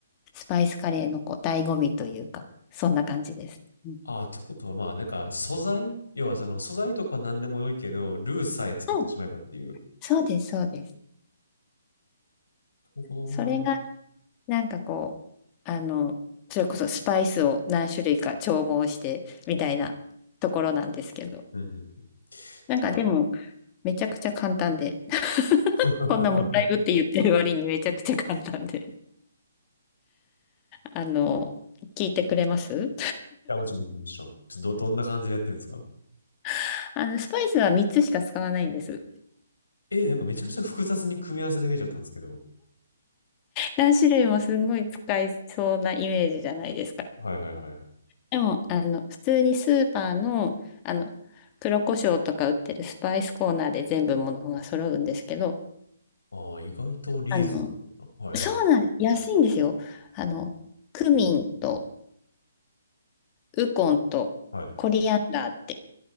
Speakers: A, on the left; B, on the left.
A: スパイスカレーのこう醍醐味というか、そんな感じです。うん、
B: あー、ってことは、まあ、なんか、素材要は、その、素材とか何でも良いけど、ルーさえ作ってしまえばっていう。
A: うん
B: な
A: そうです、そうです。
B: るほどな。
A: それがなんかこう、あの、それこそスパイスを何種類か調合してみたいなところなんですけど。
B: うんうんうん
A: なんかでも、
B: なんか
A: めちゃくちゃ簡単で。<laughs>
B: <laughs>
A: こんなもったいぶって言ってる割にめちゃくちゃ簡単で。あの、聞いてくれます
B: や、もちろん、もちろん。ちょっとど、どんな感じでやってるんですか
A: <laughs> あの、スパイスは3つしか使わないんです。
B: えーなんかめちゃくちゃ複雑に組み合わせで見えちゃったんですけど。
A: 何種類もすんごい使いそうなイメージじゃないですか。
B: はいはいはい
A: でも、あの、普通にスーパーの、あの、黒胡椒とか売ってるスパイスコーナーで全部ものが揃うんですけど、
B: ああ、意外とリーズナブルな。
A: あの、そうなんです。
B: はい。
A: 安いんですよ。あの、クミンとウコンとコリアンダーって。
B: はい。